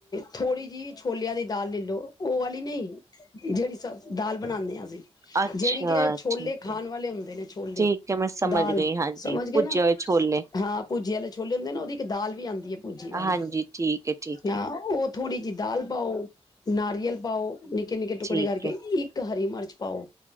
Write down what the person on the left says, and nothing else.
ਥੋੜ੍ਹੀ ਜਿਹੀ ਛੋਲਿਆਂ ਦੀ ਦਾਲ ਲੈਲੋ ਉਹ ਵਾਲੀ ਨਹੀਂ ਜਿਹੜੀ ਸ ਦਾਲ ਬਣਾਉਂਦੇ ਹਾਂ ਅਸੀਂ
ਜਿਹੜੀ ਕਿ ਛੋਲੇ
ਖਾਣ
ਵਾਲੇ ਹੁੰਦੇ ਨੇ ਛੋਲੇ
ਦਾਲ
ਸਮਝ ਗੇ
ਨਾ
ਹਾਂ ਭੂਜੀ ਵਾਲੇ ਛੋਲੇ ਹੁੰਦੇ ਨਾ ਉਹਦੀ ਇੱਕ ਦਾਲ ਵੀ ਆਉਂਦੀ ਹੈ ਭੂਜੀ ਵਾਲੀ
ਹਾਂ
ਉਹ ਥੋੜੀ ਜਿਹੀ ਦਾਲ ਪਾਓ ਨਾਰੀਅਲ ਪਾਓ ਨਿੱਕੇ-ਨਿੱਕੇ ਟੁਕੜੇ
ਕਰਕੇ
ਇੱਕ ਹਰੀ ਮਿਰਚ ਪਾਉ।